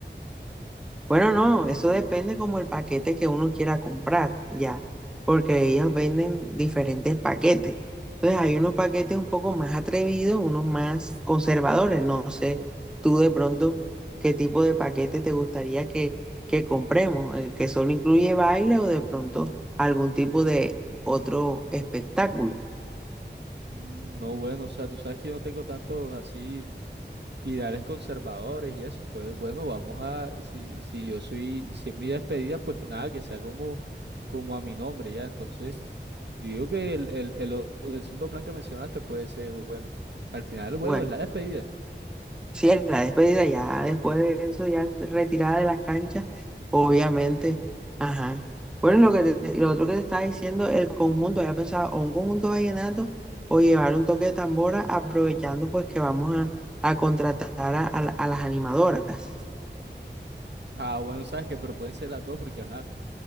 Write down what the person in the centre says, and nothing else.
Bueno, no, eso depende como el paquete que uno quiera comprar, ya, porque ellos venden diferentes paquetes. Entonces hay unos paquetes un poco más atrevidos, unos más conservadores. No sé, tú de pronto, qué tipo de paquete te gustaría que, que compremos, el que solo incluye baile o de pronto algún tipo de otro espectáculo.
Bueno.
Sí, en la despedida, ya después de eso, ya retirada de las canchas, obviamente. Ajá. Bueno, lo que te- lo otro que te estaba diciendo, el conjunto, había pensado o un conjunto vallenato o llevar un toque de tambora, aprovechando pues que vamos a, a contratar a, a la- a las animadoras.